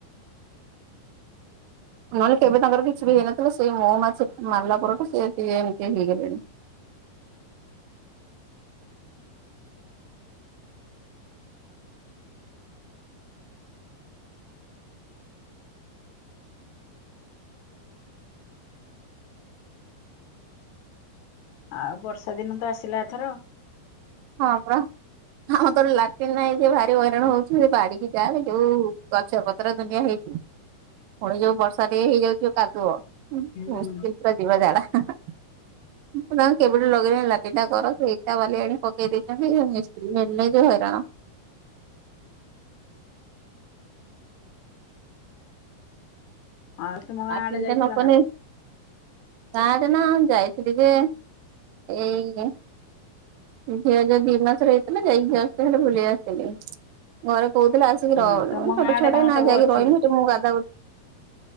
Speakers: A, on the right; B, on the left.
A: ନହେଲେ କେବେ ତାଙ୍କର କିଛି ବି ହେଇନଥିଲା ସେଇ ମହୁମାଛି ମାରିଲା ପରଠୁ ସେ ଏମିତି ହେଇଥିଲେ।
B: ଆଉ ବର୍ଷା ଦିନ ତ ଆସିଲା ଏଥର।
A: ହଁ ପା। ଆମ ତୋର ଲାଟିନ୍ ନାହିଁ ସେ ଭାରି ହଇରାଣ ହୋଉଚି, ସେ ବାଡିକି ଯାଏ ଯୋଉ ଗଛ ପତ୍ର ଦୁନିଆ ହେଇଚି।
B: ହ
A: ପୁଣି ଯୋଉ ବର୍ଷା ଟିକେ ହେଇଯାଉଛି କାଦୁଅ।
B: ହୁଁ।
A: ମୁ <unintelligible> ଯିବା ଜାଡା ତା କେବେଠୁ ଲଗେଇ <unintelligible> ପକେଇ ଦେଇଛନ୍ତି ଯୋଉ ମିସ୍ତ୍ରୀ ହେନି ଯୋଉ ହଇରାଣ।
B: ଆଉ ତୁମ
A: <unintelligible>
B: ଗାଁ ଆଡେ ଯାଇଥିଲ ନା?
A: ଗାଁଟ ନା ଯାଇଥିଲେ ଯେ ଏଇ ଝିଅ ଯୋ ଦି ମାସରେ ହେଇଥିଲା ଯାଇଥିଲେ ବୁଲି ଆସଥିଲି ଘର <unintelligible>
B: ହୁଁ
A: ରହୁ
B: ତମ
A: ଛୋଟ
B: ଗାଁ ଆଡେ
A: ଛୁଆଟା
B: କଣ
A: ନା
B: ସବୁ
A: ଯାଇକି
B: ଅଛି
A: ରହନୁ ସେ ମୁଁ ଗା